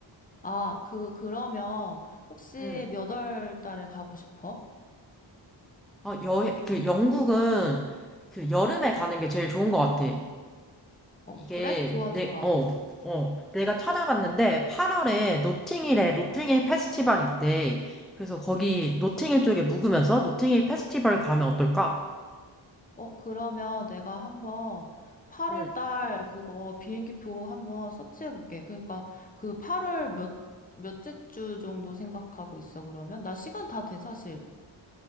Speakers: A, on the left; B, in the centre.
A: 아, 그 그러면 혹시
B: 음.
A: 몇 월 달에 가고 싶어?
B: 아, 여행, 그 영국은 그 여름에 가는 게 제일 좋은 것 같아.
A: 어,
B: 이게
A: 그래? 좋아,
B: 내,
A: 좋아.
B: 어, 어, 내가 찾아봤는데 8월에 노팅힐에 노팅힐 페스티벌이 있대. 그래서 거기 노팅힐 쪽에 묵으면서 노팅힐 페스티벌 가면 어떨까?
A: 어, 그러면 내가 한번 8월
B: 음,
A: 달 그거 비행기표 한번 서치해 볼게. 그러니까 그 8월 몇, 몇째 주 정도 생각하고 있어, 그러면? 나 시간 다 돼, 사실.